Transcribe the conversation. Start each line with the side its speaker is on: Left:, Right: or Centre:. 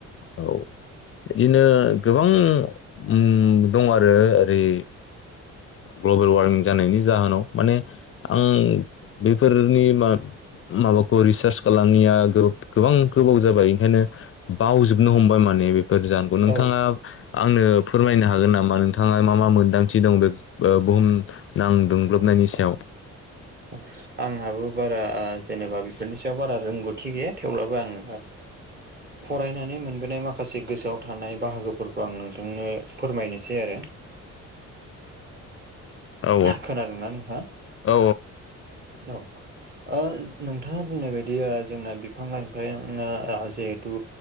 Left: औ बिदिनो उम गोबां दं आरो ओरै ग्लबेल वार्मिं जानायनि जाहोनाव माने आं बेफोरनि मा माबाखौ रिसार्च खालामनाया गोब गोबां गोबाव जाबाय ओंखायनो बावजोबनो हमबाय माने बेफोर जाहोनखौ नोंथाङा
Right: औ
Left: आंनो फोरमायनो हागोन नामा नोंथाङा मा मा मोन्दांथि दं बे बुहुम नांदुंग्लोबनायनि सायाव
Right: <inaudible> आंहाबो बारा जेनेबा बेफोरनि सायाव बारा रोंगौथि गैया थेवब्लाबो आं फरायनानै मोनबोनाय माखासे गोसोआव थानाय बाहागोफोरखौ आं नोंथांनो फोरमायनोसै आरो
Left: औ
Right: खोनादोंना नोंथांङा
Left: औ
Right: औ आ नोंथाङा बुंनाय बदि जोंना बिफां लाइफेंआ जिहेथु